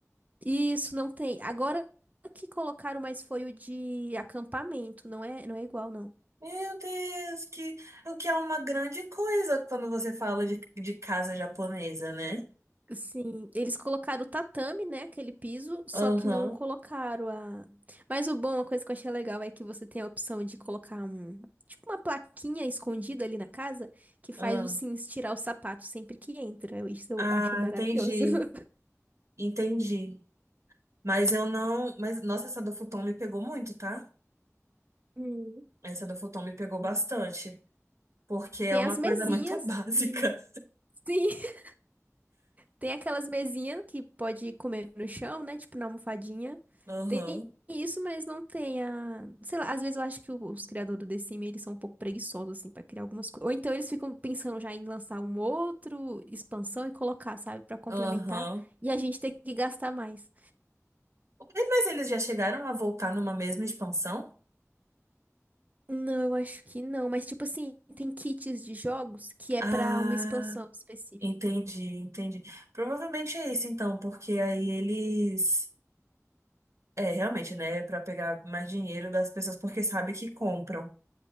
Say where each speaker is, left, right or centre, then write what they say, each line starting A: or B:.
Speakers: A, on the right (about 30°); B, on the right (about 60°).
A: E isso não tem. Agora que colocaram, mas foi o de acampamento. Não é, não é igual, não.
B: Meu Deus, que, o que é uma grande coisa quando você fala de, de casa japonesa, né?
A: Sim, eles colocaram o tatame, né? Aquele piso, só
B: Aham,
A: que não colocaram a. Mas o bom, uma coisa que eu achei legal é que você tem a opção de colocar um. Tipo uma plaquinha escondida ali na casa que faz
B: aham.
A: o Sims tirar o sapato sempre que entra. Isso eu
B: Ah,
A: acho maravilhoso.
B: entendi,
A: <laughs>
B: entendi. Mas eu não. Mas, nossa, essa do futon me pegou muito, tá?
A: Hum,
B: Essa do futon me pegou
A: não
B: bastante,
A: tem.
B: porque é
A: Tem
B: uma
A: as
B: coisa
A: mesinhas
B: muito <laughs> básica.
A: de. Sim. <laughs> Tem aquelas mesinhas que pode comer no chão, né? Tipo na almofadinha.
B: Aham,
A: Tem isso, mas não tem a. Sei lá, às vezes eu acho que os criadores do The Sims, eles são um pouco preguiçosos, assim, pra criar algumas coisas. Ou então eles ficam pensando já em lançar um outro expansão e colocar, sabe? Pra complementar.
B: aham.
A: E a gente tem que gastar mais.
B: Ué, Mas eles já chegaram a voltar numa mesma expansão?
A: Não, eu acho que não. Mas, tipo assim, tem kits de jogos que é
B: Ah,
A: pra uma expansão específica.
B: entendi, entendi. Provavelmente é isso então, porque aí eles. É, realmente, né? Pra pegar mais dinheiro das pessoas, porque sabe que compram.